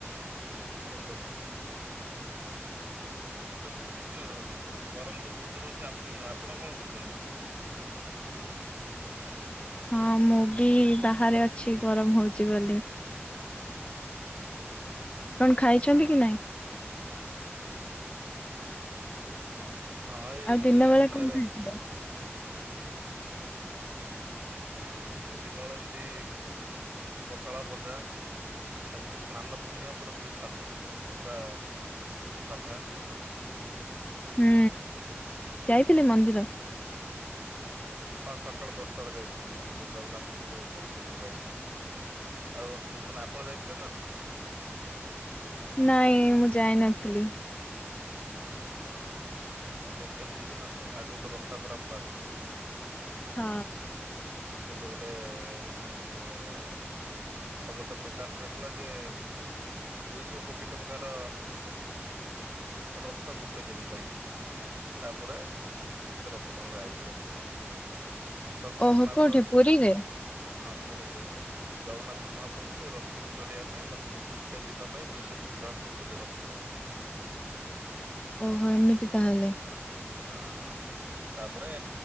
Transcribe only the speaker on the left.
ହଁ ମୁଁ ବି ବାହାରେ ଅଛି ଗରମ ହଉଚି ବୋଲି। କଣ ଖାଇଛନ୍ତି
କି ନାଇଁ?
ଆଉ
ଦିନ ବେଳେ
କଣ ଖାଇଥିଲେ? <inaudible>
ହୁଁ ଯାଇଥିଲେ
ମନ୍ଦିର?
ନାଇଁ ମୁଁ ଯାଇ ନଥିଲି।
ହଁ।
ଓହୋ
କୋଉଠି ପୁରୀରେ?
ଓହୋ ଏମିତି ତାହେଲେ?